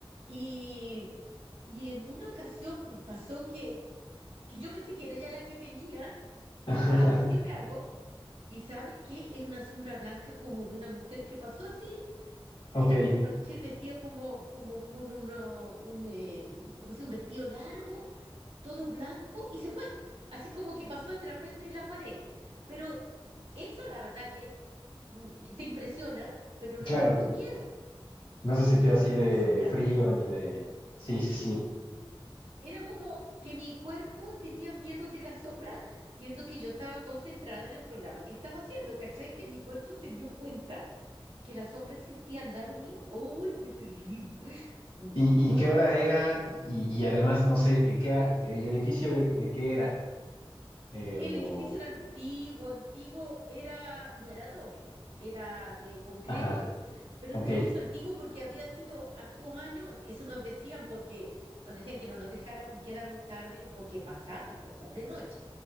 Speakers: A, on the right; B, on the left.
A: Y, y en una ocasión pasó que, que yo pensé que era ella la que venía
B: <laughs>
A: a decirme algo, y ¿sabes qué? Era una sombra blanca como de una mujer que pasó así,
B: Ok.
A: era como una mujer vestida como, como con uno, un, eh, como si un vestido largo todo blanco y se fue. Así como que pasó a través de la pared. Pero eso la verdad que mm, te impresiona, pero no
B: Claro.
A: me dio miedo.
B: No se sintió
A: Pero
B: así
A: esta
B: de
A: sombra
B: frío
A: mal.
B: ni de... Sí, sí, sí.
A: Era como que mi cuerpo tenía miedo de la sombra, siendo que yo estaba concentrada en el programa que estaba haciendo, ¿cachai? Que mi cuerpo se dio cuenta que la sombra existía al lado mío. ¡Uy, fue terrible! Un-
B: ¿Y,
A: Muy,
B: y qué hora era? Y, y además, no sé, ¿en qué, a- el edificio de, de qué era? Eh,
A: El
B: o...
A: edificio era antiguo, antiguo era, no era adobe, era de concreto,
B: Ajá.
A: pero
B: Ok.
A: un edificio antiguo porque había sido hartos años, eso nos decían porque nos decían que no nos dejara, quedáramos tarde porque pasaban cosas de noche.